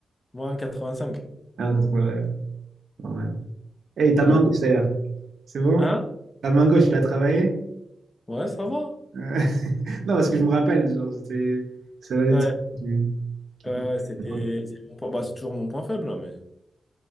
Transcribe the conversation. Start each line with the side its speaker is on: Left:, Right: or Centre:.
Left: Moins quatre-vingt-cinq
Right: Ah, t'as trouvé, ouais, normal. Hey, ta
Left: Ouais.
Right: main gauche, d'ailleurs. C'est bon?
Left: Hein?
Right: Ta main gauche, tu l'as travaillée?
Left: Ouais, ça va.
Right: Euh, <laughs> Non, parce que je me rappelle, genre, c'était... Ça va des
Left: Ouais,
Right: trucs du- qui
Left: ouais,
Right: te
Left: ouais,
Right: manquaient
Left: c'était.
Right: à l'époque.
Left: c'est mon point- bah, c'est toujours mon point faible, hein, mais.